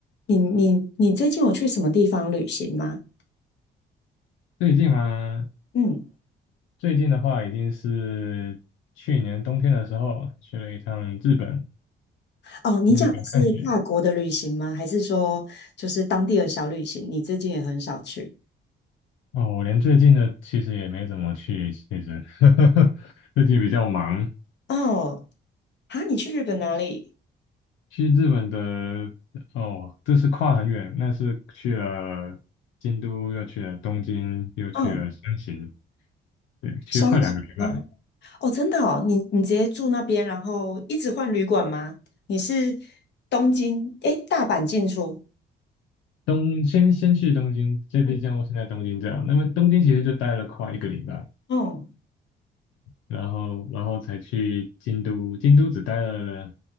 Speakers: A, on the left; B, on the left.
A: 你你你最近有去什么地方旅行吗？
B: 最近吗？
A: 嗯，
B: 最近的话，已经是去年冬天的时候去了一趟日本，
A: 哦，你讲的是跨国的旅行吗？
B: 去日本看雪。
A: 还是说就是当地的小旅行？你最近也很少去
B: 哦，我连最近的其实也没怎么去，其实 <laughs> 最近比较忙。
A: 哦？啊，你去日本哪里？
B: 去日本的哦，这是跨很远，那是去了京都，又去了东京，又去了山形，
A: 嗯，
B: 对，去了快两个礼拜。
A: 山形吗？哦，真的哦，你你直接住那边，然后一直换旅馆吗？你是东京，诶，大阪进出？
B: 东先先去东京，这边像我是在东京这样，
A: 嗯，
B: 那么东京其实就待了快一个礼拜。
A: 哦
B: 然后然后才去京都，京都只待了